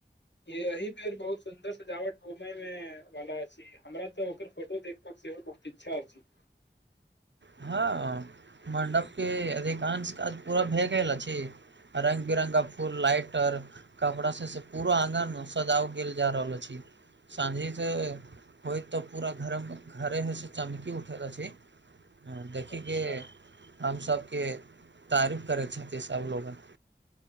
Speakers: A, on the left; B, on the right.
A: य यही पेर बहुत सुंन्दर सजावट मुंबै में भाला अछि हमरा तऽ ओकर फोटो देखबाकक सेहो बहुत इच्छा हो छै
B: हँ मण्डपके अधिकांश काज पूरा भए गेल अछि रंग बिरंगा फूल लाइट आर कमड़ा से से पूरा आगन मे सजाव गेल जा रहल छै साँझीसँ होइत तऽ पूरा घरमे घरे ह से चमकी उठैत रह छै ह देखिे
A: अच्छा
B: हमसभके तारीफ करै छथि सभलोगन